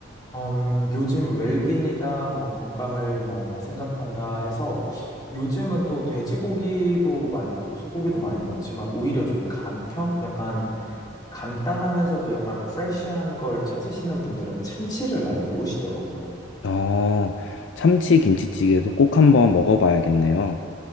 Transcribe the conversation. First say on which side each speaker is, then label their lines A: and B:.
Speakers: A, on the left (about 20°); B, on the left (about 65°).
A: 음, 요즘 웰빙이다, 뭐 건강을 뭐 생각한다 해서 요즘은 또 돼지고기도 많이 넣고 소고기도 많이 넣지만 오히려 좀 간편? 약간 간단하면서도 약간 프레쉬한 걸 찾으시는 분들은 참치를 많이 넣으시더라고요.
B: 아... 참치 김치찌개도 꼭 한번 먹어봐야겠네요.